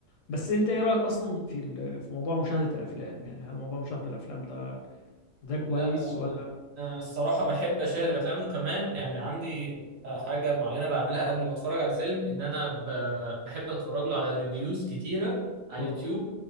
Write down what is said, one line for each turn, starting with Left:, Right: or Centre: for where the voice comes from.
Left: بس انت ايه رأيك اصلا في ال... في موضوع مشاهدة الافلام يعني هل موضوع مشاهدة الافلام ده ده كويس
Right: لا انا
Left: ولا
Right: أنا الصراحه بحب اشاهد الافلام وكمان يعني عندي آه، حاجه معينه بعملها قبل ما اتفرج على الفيلم ان انا ب- بحب اتفرج له على ريفيوز كتيره على
Left: اه
Right: اليوتيوب